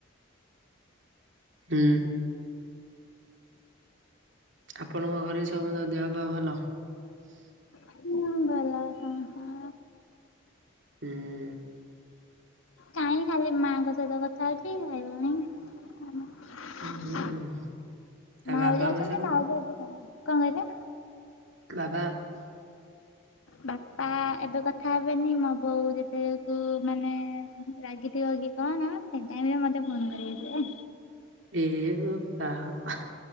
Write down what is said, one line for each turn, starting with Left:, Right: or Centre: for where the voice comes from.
Right: ହୁଁ। ଆପଣଙ୍କ ଘରେ ସମସ୍ତଙ୍କ ଦେହ ପା ଭଲ?
Left: ହୁଁ ଭଲ ସମସ୍ତଙ୍କ
Right: ହୁଁ।
Left: କାଇଁ ଖାଲି ମାଙ୍କ ସହିତ କଥା ହଉଛି ଭାଇ ଭଉଣୀ ହଁ
Right: ହୁଁ ହୁଁ ଆଉ
Left: ଭାଉଜ
Right: ବାବାଙ୍କ
Left: ଅଛନ୍ତି
Right: ସାଙ୍ଗରେ
Left: ଭାଉଜ ଏତେ ଭଲ ନୁ କଣ କହିଲ?
Right: ଦାଦା <inaudible>
Left: ବାପା ଏବେ କଥା ହେବେନି ମୋ ବୋଉ ଯେତେକି ମାନେ ରାଗିଥିବ କି କଣ ସେ ଟାଇମ୍ ରେ ମତେ ଫୋନ୍ କରିବେ ସେ
Right: ଏ ବୋପା ମା